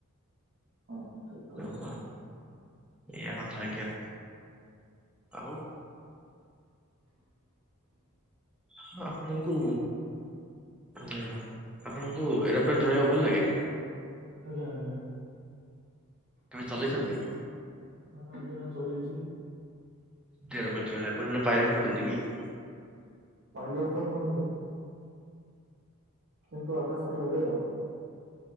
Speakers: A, on the right; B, in the centre.
A: ହଁ ଠିକ କହିଲେ।
B: ଓହୋ ଏଇଆ କଥା ଆଜ୍ଞା ଆଉ। ହ ଆପଣଙ୍କୁ ଆପଣଙ୍କୁ ଏରୋପ୍ଲେନ ଚଢିବାକୁ ଭଲ ଲାଗେ?
A: ଆଜ୍ଞା ଆଜ୍ଞା
B: କେବେ ଚଲେଇଛନ୍ତି?
A: ଏୟୀଟା ଚଲେଇଛି
B: <unintelligible>
A: ପାଇଲଟ ତ ନୁହନ୍ତି କିନ୍ତୁ ଆକାଶରେ ଉଡେ ଆଉ